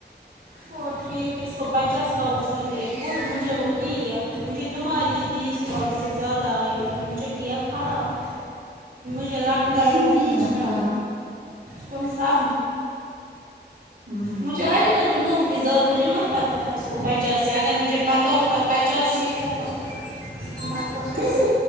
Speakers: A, on the right; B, on the right.
A: وہ ٹھیک ہے اس کو پچاس کالس ہوتی ہے کل مجھے وہ کی ہے مجھے تمہاری تیس کال سے زیادہ آئی مجھے کیا خراب یہ لٹکایا
B: کس نے
A: بیچ
B: کیا
A: میں
B: کھارا
A: تم سا
B: ہوں
A: مجھے آئیے نا تم لوگوں ک زیادہ مجھے مت پتہ تھا اس کو پچاسی اگر مجھے پتہ ہوتا پچاسی ہے تو میں کرتا
B: اسسا